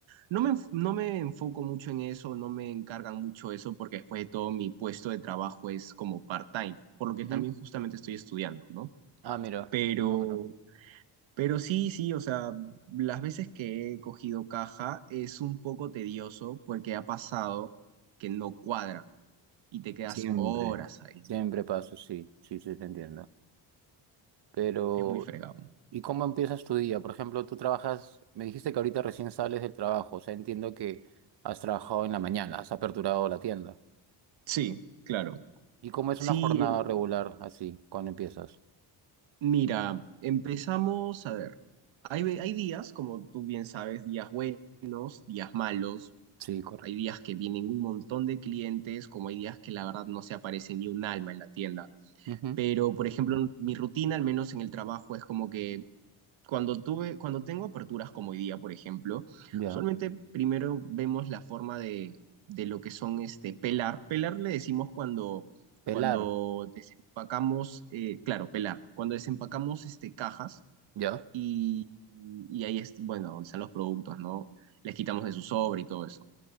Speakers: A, on the right; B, on the right.
A: No me, enf- no me enfoco mucho en eso, no me encargan mucho eso, porque después de todo mi puesto de trabajo es como part-time, por lo que
B: Ujú.
A: también justamente estoy estudiando, ¿no?
B: Ah, mira,
A: Pero
B: bueno,
A: pero sí, sí, o sea, las veces que he cogido caja es un poco tedioso porque ha pasado que no cuadra y te quedas
B: Siempre.
A: horas ahí.
B: siempre pasa, sí, sí, sí, te entiendo. Pero,
A: Es muy fregado.
B: ¿y cómo empiezas tu día? Por ejemplo, tú trabajas, me dijiste que ahorita recién sales del trabajo, o sea, entiendo que has trabajado en la mañana, has aperturado la tienda.
A: Sí, claro.
B: ¿Y cómo es
A: Sí,
B: una jornada regular así, cuando empiezas?
A: mira, empezamos a ver. Hay, ve- hay días, como tú bien sabes, días buenos, días malos.
B: Sí, correcto.
A: Hay días que vienen un montón de clientes, como hay días que la verdad no se aparece ni un alma en la tienda.
B: Ujú,
A: Pero, por ejemplo, mi rutina, al menos en el trabajo, es como que Cuando tuve, cuando tengo aperturas como hoy día, por ejemplo,
B: Ya.
A: usualmente primero vemos la forma de, de lo que son este pelar. Pelar le decimos cuando,
B: Pelar.
A: cuando desempacamos, eh, claro, pelar, cuando desempacamos este, cajas
B: Ya.
A: y, y ahí es, bueno, donde están los productos, ¿no? Les quitamos de su sobre y todo eso.